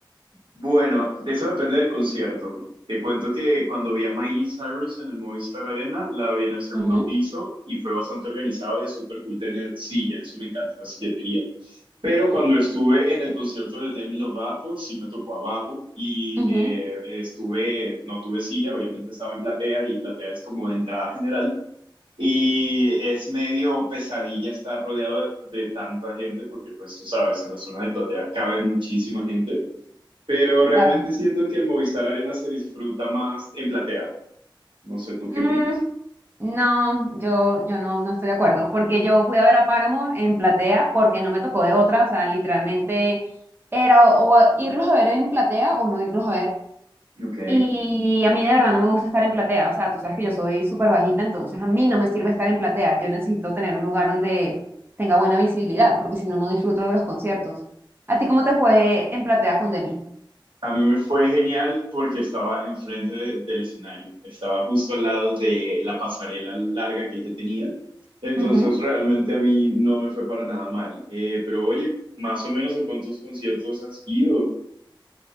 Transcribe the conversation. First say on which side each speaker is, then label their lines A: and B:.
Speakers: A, on the right; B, on the right.
A: Bueno, de eso depende del concierto. Te cuento que cuando vi a Miley Cyrus en el Movistar Arena, la vi en el segundo
B: Ujú,
A: piso y fue bastante organizado y es súper cool tener silla. Eso me encanta, la silletería. Pero cuando estuve en el concierto de Demi Lovato, sí me tocó abajo y
B: ujú,
A: eh, estuve, no tuve silla, obviamente estaba en platea y platea es como de entrada general. Y es medio pesadilla estar rodeado de, de tanta gente porque pues tú sabes, en la zona de platea cabe muchísima gente. Pero realmente
B: claro.
A: siento que el Movistar Arena se disfruta más en platea. No sé, ¿tú qué
B: Mm,
A: opinas?
B: no, yo, yo no, no estoy de acuerdo, porque yo fui a ver a Paramore en platea porque no me tocó de otra, o sea, literalmente era o o irlos a ver en platea o no irlos a ver.
A: Ok.
B: Y a mí de verdad no me gusta estar en platea, o sea, tú sabes que yo soy súper bajita, entonces a mí no me sirve estar en platea, yo necesito tener un lugar donde tenga buena visibilidad, porque si no, no disfruto de los conciertos. ¿A ti cómo te fue en platea con Demi?
A: A mí me fue genial porque estaba enfrente de- del escenario, estaba justo al lado de la pasarela larga que ella tenía, entonces
B: Ujú.
A: realmente a mí no me fue para nada mal. Eh, pero oye, más o menos a cuántos conciertos has ido.